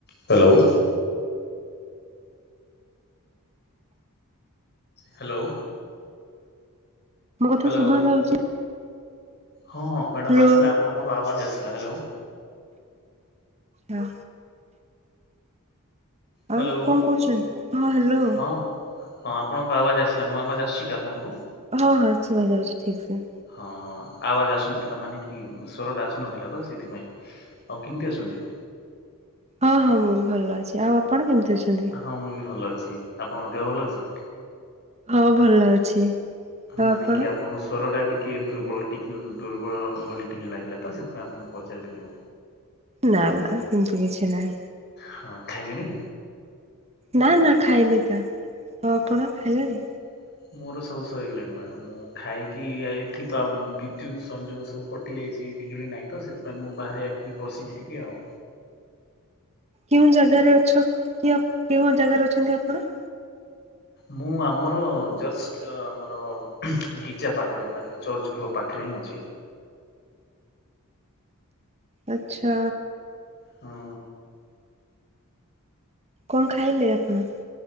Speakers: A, on the left; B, on the right.
A: Hello. Hello.
B: ମୋ କଥା
A: hello
B: ଶୁଭା ଯାଉଛି
A: ହଁ ମ୍ୟାଡ଼ମ୍
B: ହ୍ୟାଲୋ
A: ଆସିଲା ଆପଣଙ୍କ ଆବାଜ ଆସିଲା ହ୍ୟାଲୋ।
B: ହେଲୋ।
A: ହେଲୋ
B: ଆଉ କଣ କରୁଛନ୍ତି ହଁ ହ୍ୟାଲୋ।
A: ହଁ ହଁ ଆପଣଙ୍କ ଆବାଜ ଆସିଲା ମୁଁ ଆବାଜ ଆସୁଛି କି ଆପଣଙ୍କୁ?
B: ହଁ ହଁ ଶୁଭା ଯାଉଛି ଠିକ ସେ।
A: ହଁ ଆବାଜ ଆସୁନଥିଲା ମାନେ କି ସ୍ୱର ଟା ଆସୁନଥିଲା ତ ସେଥିପାଇଁ। ଆଉ କେମିତି ଅଛନ୍ତି?
B: ଆ ହଁ ହଁ ମୁଁ ଭଲ ଅଛି ଆଉ ଆପଣ କେମିତି ଅଛନ୍ତି?
A: ହଁ ମୁଁ ବି ଭଲ ଅଛି। ଆପଣଙ୍କ ଦେହ ଭଲ ଅଛି?
B: ହଁ ଭଲ ଅଛି। ଆଉ
A: ମାନେ
B: ଆପଣ?
A: କି ଆପ ଆପଣଙ୍କ ସ୍ୱରଟା ଟିକିେ ଦୁର୍ବଳ ଟିକେ ଦୁର୍ବଳ ଭଳି ଟିକେ ଲାଗିଲା ତ ସେଥିପାଇଁ ଆପଣଙ୍କୁ ପଚାରିଦେଲିି।
B: ନା ନା ସେମିତି କିଛି ନହିଁ।
A: ହଁ, ଖାଇଲେଣି?
B: ନା ନା ଖାଇନି ତା, ଆଉ ଆପଣ ଖାଇଲେଣି?
A: <inaudible> ମୋର ସବୁ ସହିଗଲାଣି ମ୍ୟାଡ଼ାମ, ମୁଁ ଖାଇକି, ଏଠି ତ ବିଦ୍ୟୁତ ସଂଯୋଗ ସବୁ କ କଟି ଯାଇଚି, ବିଜୁଳି ନାହିଁ ତ, ସେଥିପାଇଁ ମୁଁ ବାହାରେ ଆକି ବସିଚି ଟିକେ ଆଉ।
B: କେଉଁ ଜାଗାରେ ଅଛ? କି କେଉଁ ଜାଗାରେ ଅଛନ୍ତି ଆପଣ?
A: ମୁଁ ଆମର ଜଷ୍ଟ ଆମର, ଗିଜା ପାଖରେ, ମାନେ ଚର୍ଚ୍ଚ ଗୃହ ପାଖରେ ହିଁ ଅଛି।
B: ଆଛା।
A: ହଁ
B: କଣ ଖାଇଲେ ଆପଣ?